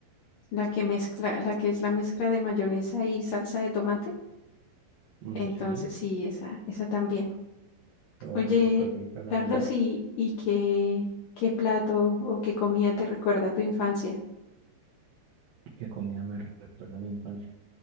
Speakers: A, on the left; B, on the right.
A: la que mezcla la que es la mezcla de mayonesa y salsa de tomate.
B: Mm,
A: Entonces
B: sí,
A: sí, esa esa también.
B: pero va
A: Oye,
B: a ser súper rica también.
A: Carlos, ¿y, y qué, qué plato o qué comida te recuerda a tu infancia?
B: Qué comida me recuerda a mi infancia.